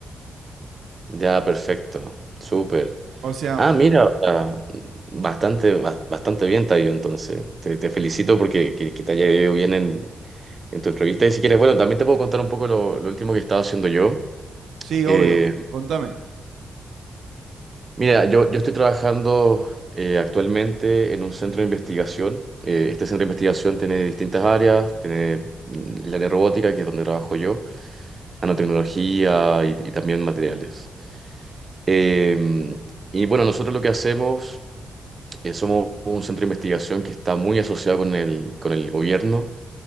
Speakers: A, on the right; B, on the right.
A: Ya, perfecto, súper.
B: O sea,
A: Ah, mira, o sea, bastante, bas- bastante bien te ha ido entonces, te, te felicito porque que, que te haya ido bien en, en tu entrevista y si quieres, bueno, también te puedo contar un poco lo, lo último que estaba haciendo yo.
B: sí, obvio.
A: Eh,
B: Contame.
A: Mira, yo, yo estoy trabajando eh, actualmente en un centro de investigación. Eh, este centro de investigación tiene distintas áreas, tiene mm, el área robótica, que es donde trabajo yo, nanotecnología y, y también materiales. Eh, y bueno, nosotros lo que hacemos, eh, somos un centro de investigación que está muy asociado con el, con el gobierno.